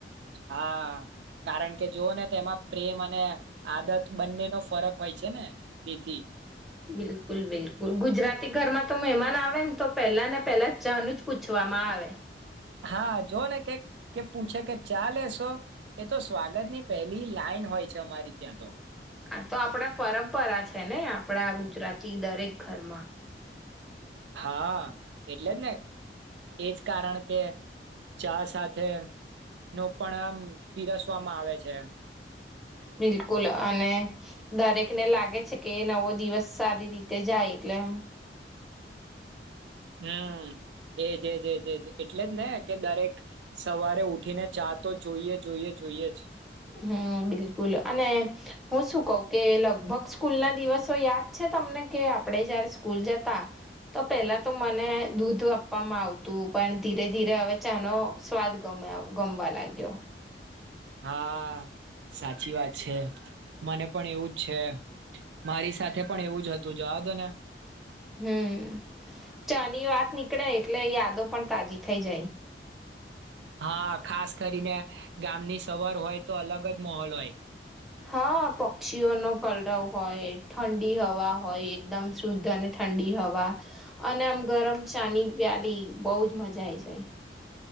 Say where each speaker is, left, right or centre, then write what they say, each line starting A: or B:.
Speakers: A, on the right; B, in the centre.
A: હા કારણ કે જો ને તેમાં પ્રેમ અને આદત બંને નો ફરક હોય છે ને તેથી
B: બિલકુલ બિલકુલ ગુજરાતી ઘરમાં તો મહેમાન આવે ને તો પહેલા ને પેલા ચા નું જ પૂછવામાં આવે.
A: હા જો ને કે પૂછે કે ચા લેશો એ તો સ્વાગતની પહેલી લાઈન હોય છે અમારી ત્યાં તો
B: હા તો આપણા પરંપરા છે ને આપડા ગુજરાતી દરેક ઘરમાં.
A: હા એટલે જ ને એજ કારણ કે ચા સાથે નો પણ આમ પીરસવામાં આવે છે.
B: બિલકુલ અને દરેકને લાગે છે કે એ નવો દિવસ સારી રીતે જાય એટલે એમ.
A: હમ એજજ એજજ એટલે જ ને કે દરેક સવારે ઉઠીને ચા તો જોઈએ જોઈએ જોઈએ જ
B: હમ બિલકુલ અને હું શું કહું કે લગભગ સ્કૂલ ના દિવસો યાદ છે તમને કે આપણે જયારે સ્કૂલ જતા તો પેલા તો મને દૂધ આપવામાં આવતું પણ ધીરે ધીરે હવે ચાનો સ્વાદ ગમવા લાગ્યો.
A: હા સાચી વાત છે મને પણ એવુંજ છે મારી સાથે પણ એવું જ હતું જવાદો ને
B: હમ ચાની વાત ની કળે એટલે યાદો પણ તાજી થઈ જાય.
A: હા ખાસ કરીને ગામની સવાર હોય તો અલગ જ મહોલ હોય
B: હા પક્ષીઓનો કલરવ હોય ઠંડી હવા હોય એકદમ શુદ્ધ અને ઠંડી હવા અને આમ ગરમ ચાની પ્યાલી બહુજ મજા આઈ જાય